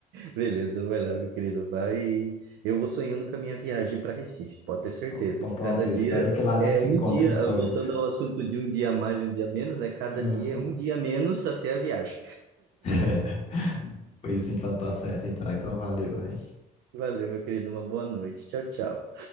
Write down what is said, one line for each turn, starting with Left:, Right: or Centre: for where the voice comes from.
Right: Beleza, vai lá, meu querido. Vai. e Eu vou sonhando com a minha viagem para Recife. Pode ter certeza
Left: Pronto. Então
Right: que
Left: pronto,
Right: cada dia
Left: espero que lá a gente
Right: é
Left: se
Right: um
Left: encontre
Right: dia,
Left: no sonho.
Right: ah, voltando ao assunto de um dia a mais, e um dia a menos, né? Cada
Left: Aham.
Right: dia é um dia a menos até a viagem.
Left: <laughs> Pois então tá certo, então. Então valeu, velho.
Right: Valeu, meu querido. Uma boa noite. Tchau, tchau.